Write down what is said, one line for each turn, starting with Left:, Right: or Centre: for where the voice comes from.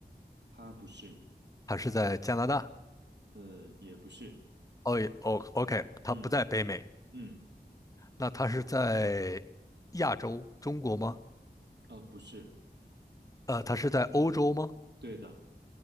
Right: 他不是，
Left: 它是在加拿大。
Right: 呃，也不是，
Left: 哦也哦，OK，
Right: 嗯
Left: 他不在北美，
Right: 嗯，
Left: 那他是在亚洲，中国吗？
Right: 呃，不是，
Left: 呃，他是在欧洲吗？
Right: 对的，